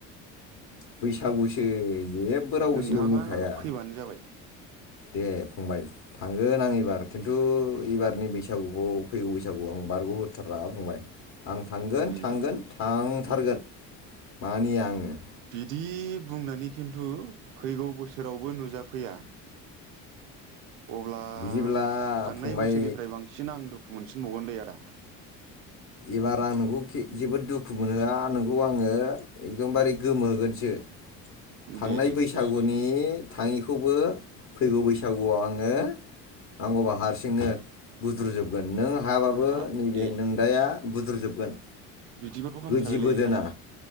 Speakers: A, on the left; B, on the right.
A: बैसागुसो जेबो रावबो
B: नोंथाङा
A: जेबो बुंखाया।
B: फैबानो जाबाय
A: दे फंबाय‌ थांगोन आं एबार खिन्थु एबारनि बैसागुखौ फैगौ बैसागुखौ आं बारग' हथारा फंबाय आं थांगोन-थांगोन
B: दे दे
A: थांथारगोन मानिया आङो
B: बिदि बुंनानै खिन्थु फैगौ बोसोरावबो नुजाफैया अब्ला
A: बिदिब्ला
B: थांनाय
A: फंबाय
B: बोसोरनिफ्राय बांसिन आं दुखु मोनसिनबावगोनलै आदा
A: एबार आं नोंखौ खे जोबो दुखु मोनहोआ नोंखौ आङो एकखदमबारे गोमोहोगोनसो थांनाय
B: दे दे
A: बैसागुनि
B: दे दे
A: नि थाङिखौबो फैगौ बैसागुआव आङो नांगोबा हारसिंनो बुद्रुजोब गोन नों हाबाबो
B: हाब
A: नैबे
B: दे
A: नोंदाया बुद्रुजोबगोन
B: बिदिबाथ' हामथारबायलै
A: गोदिबो दोना
B: आदा